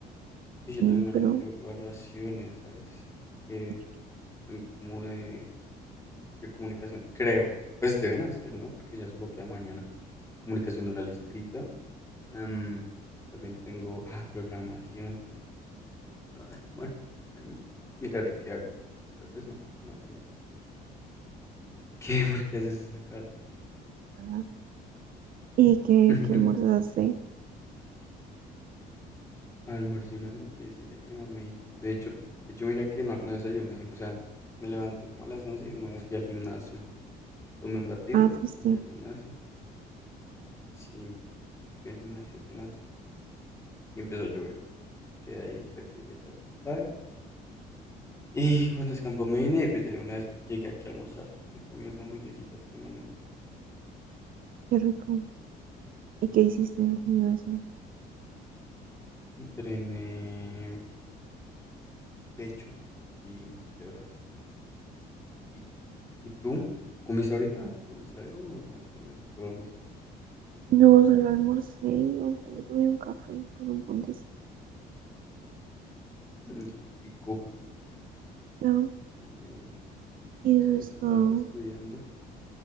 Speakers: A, on the left; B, on the right.
A: Y
B: Sí,
A: yo también mañana
B: pero
A: tengo evaluaciones, ¿sabes? Que
B: de qué
A: son como de... ¿Qué comunicación? Creo. Pues deben hacer, ¿no? Porque ya solo queda mañana. Comunicación oral y escrita. Em, también tengo... Ah, programación. Ah, Bueno, ahí miraré qué hago. Pero pues no creo que me vaya mal. <laughs> ¿Qué? ¿Por qué haces esa cara?
B: va? ¿Y qué,
A: <laughs>
B: qué almorzaste?
A: Almorcé una hamburguesita que mi mamá me hizo. De hecho, de hecho, mira que no, no desayuné. O sea, me levanté como a las 11 y de una vez fui al gimnasio. Tomé un batido,
B: Ah, fuiste.
A: me fui al gimnasio. Sí, fui al gimnasio apenas y empezó a llover. Quedé ahí hasta que pues, ya escampara. Y cuando escampó me vine y pues ya de una vez llegué aquí a almorzar. Me comí unas hamburguesitas que mi mamá hizo.
B: Qué rico. ¿Y qué hiciste
A: Y
B: en el gimnasio?
A: entrené pecho y un poquito de brazo. ¿Y, y tú? ¿Tú comiste ahorita? ¿Comiste algo o no has comido? Solo almorzaste.
B: No, solo almorcé y ahorita me tomé un café con un ponquecito.
A: Mm, qué rico.
B: Ya,
A: Ay, bueno.
B: y eso
A: Entonces
B: es todo.
A: estabas estudiando.